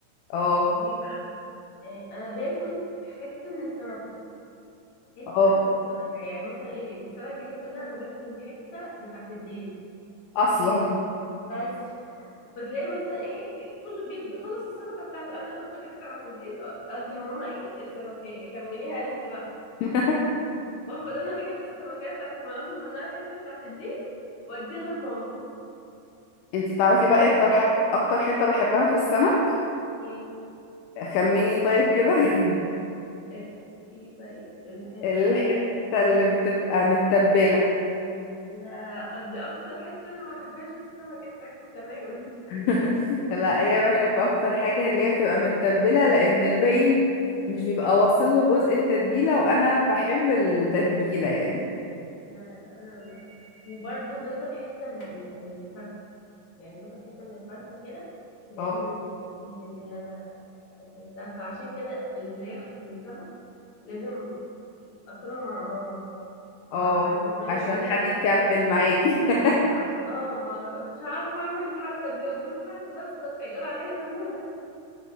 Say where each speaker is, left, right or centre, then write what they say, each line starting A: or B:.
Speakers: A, on the left; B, on the left.
A: اه
B: ليه بقى آه، أنا باكل حتة من السمك حته
A: اه
B: من السمكه يعني مثلا ايه السمكه هي كلها انا باكل الحته بتاعت الديل
A: اصلا
B: بس فتلاقي مثلا ايه كله بيك- بيخلص السمكه بتاعته انا باكل حته عند الديل ادي لماما ايه السمكيه كمليها انت بقى
A: <laughs>
B: واخد انا الحته السمكيه بتاعت ماما اخد منها الحته بتاعت الديل واديها لماما
A: انتي تعرفي بقى إيه اكتر حت... اكتر حتة بحبها في السمك
B: ايه
A: خميني طيب كده <laughs>
B: ايه إيه طيب الحته
A: الحتة اللي بتبقى متبلة
B: لا دي اكتر حته انا ما بحبهاش في السمكه بتاعتي تماما
A: <laughs> لا هي بحب اكتر حاجة اللي هي بتبقى متبلة لان الباقي مش بيبقى واصل له جزء التتبيلة وانا بحب التتبيلة يعني
B: لا لا انا ما وبرضه باكل حته من ال- من الفرخه يعني باكل حتة من الفرخة كده تلاقيني
A: اه
B: هي دي اللي أنا أكلتها فعشان كده الفراخ والسمك لازم أكلهم مع ماما مع
A: اه
B: حد قريب
A: عشان
B: مني
A: حد
B: عشان
A: يكمل معاكي <laughs>
B: عشان اه ما مش عارفة أعمل الحركة دي قدام حد أصلا هيقول عليا مجنونة